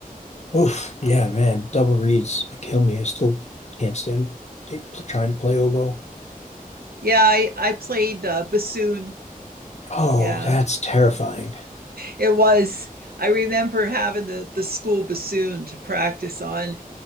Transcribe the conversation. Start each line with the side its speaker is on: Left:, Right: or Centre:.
Left: oof, yeah, man, double reeds they kill me. I still can't stand they, trying to play oboe.
Right: Yeah, I I played uh, bassoon.
Left: Oh,
Right: Yeah.
Left: that's terrifying.
Right: It was. I remember having the, the school bassoon to practice on,